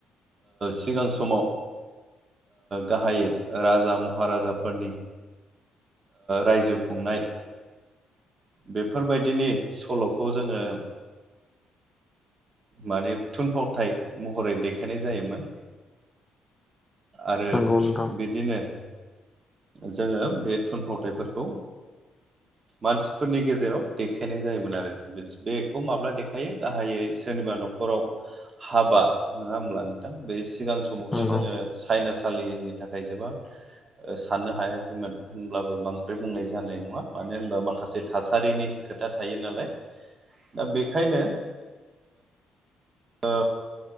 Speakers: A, on the right; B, on the left.
A: सिगां समाव गाहायै राजा महाराजाफोरनि रायजो खुंनाय बेफोरबायदिनि सल'खौ जोङो माने थुनफावथाय महरै देखायनाय जायोमोन। आरो
B: औ नोंथां
A: बिदिनो जोङो बे थुनफावथायफोरखौ मानसिफोरनि गेजेराव देखायनाय जायोमोन आरो बेखौ माब्ला देखायो गाहायै सोरनिबा न'खर न'खराव हाबा नङा होमब्ला नोंथां बे सिगां समावथ'
B: नंगौ
A: जोङो साइनासालिनि थाखाय जोबोद साननो हायाखैमोन होनब्लाबो बांद्राय बुंनाय जानाय नङा मानो होनबा माखासे थासारिनि खोथा थायो नालाय दा बेखायनो ओ